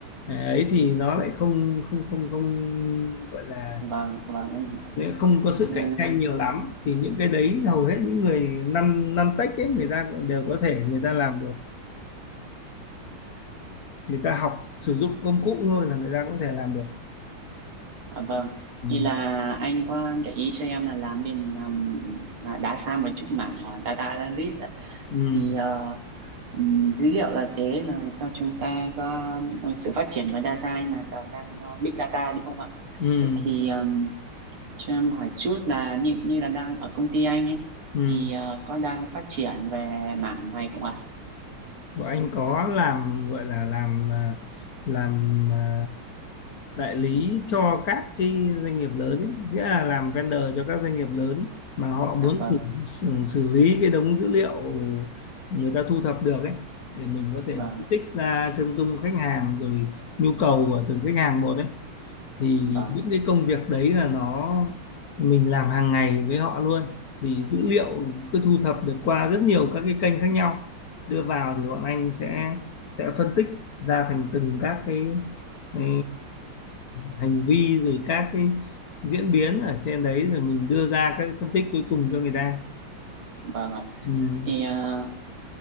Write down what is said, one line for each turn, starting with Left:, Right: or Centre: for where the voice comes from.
Left: à, ấy thì nó lại không không không không gọi là
Right: vâng vâng em hiểu
Left: không có sự
Right: Ừ,
Left: cạnh tranh nhiều lắm thì những cái đấy hầu hết những người năm năm tech ấy người ta cũng đều có thể người ta làm được người ta học sử dụng công cụ thôi là người ta có thể làm được
Right: à, vâng
Left: ừ.
Right: thì là anh có gợi ý cho em là làm bên um, à, đá xa một chút mảng à, data analyst ạ.
Left: Ừ.
Right: thì ờ, ừm, dữ liệu là thế rồi sau chúng ta có sự phát triển của data mà giờ đang ờ, big data đúng không ạ
Left: Ừ.
Right: Vậy thì um, cho em hỏi chút là như như là đang ở công ty anh ấy
Left: Ừ.
Right: thì ờ, có đang phát triển về mảng này không ạ
Left: Bọn anh có làm gọi là làm à, làm à, đại lý cho các cái doanh nghiệp lớn ấy, nghĩa là làm vendor cho các doanh nghiệp lớn mà họ muốn
Right: dạ vâng
Left: xử, xử, xử lý cái đống dữ liệu người ta thu thập được ấy để mình có thể
Right: vâng
Left: phân
Right: ạ,
Left: tích ra chân dung khách hàng rồi nhu cầu của từng khách hàng một ấy thì
Right: vâng
Left: những cái công việc đấy là nó mình làm hàng ngày với họ luôn thì dữ liệu cứ thu thập được qua rất nhiều các cái kênh khác nhau đưa vào thì bọn anh sẽ sẽ phân tích ra thành từng các cái ừ, hành vi rồi các cái diễn biến ở trên đấy rồi mình đưa ra các cái phân tích cuối cùng cho người ta
Right: vâng ạ
Left: ừ.
Right: Thì ờ,